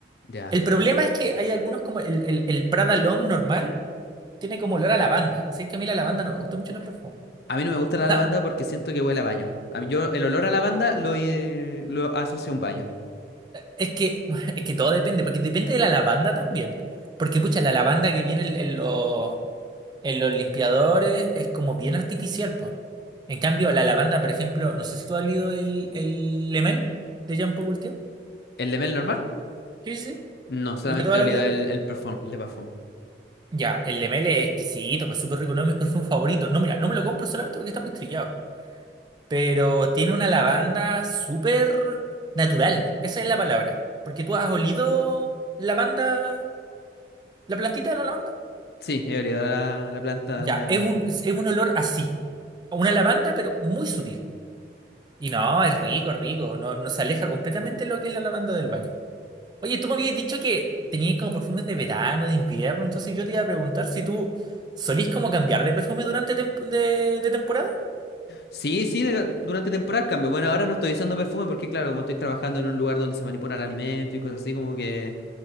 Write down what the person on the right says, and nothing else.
El problema es que hay algunos como el, el, el Prada L'Homme normal tiene como olor a lavanda. Sé que a mí la lavanda no me gusta mucho en los perfumes.
O
sea,
es que, <laughs> es que todo depende, porque depende de la lavanda también. Porque, pucha, la lavanda que viene en, en los, en los limpiadores es como bien artificial, po. En cambio, la lavanda, por ejemplo, no sé si tú has leído el, el Lemel de Jean Paul Gaultier.
Sí, sí, sí.
El de toda
la
vida.
Ya, el Lemele es exquisito, pues súper rico, no es mi perfume favorito. No, mira, no me lo compro solamente porque está muy trillado. Pero tiene una lavanda súper natural, esa es la palabra. Porque tú has olido lavanda, la plantita de la lavanda.
Ya,
es un, es un olor así. A Una lavanda, pero muy sutil. Y no, es rico, es rico. No, no se aleja completamente de lo que es la lavanda del baño. Oye, tú me habías dicho que tenías como perfumes de verano, de invierno, entonces yo te iba a preguntar si tú solís como cambiar de perfume durante temp- de, de temporada.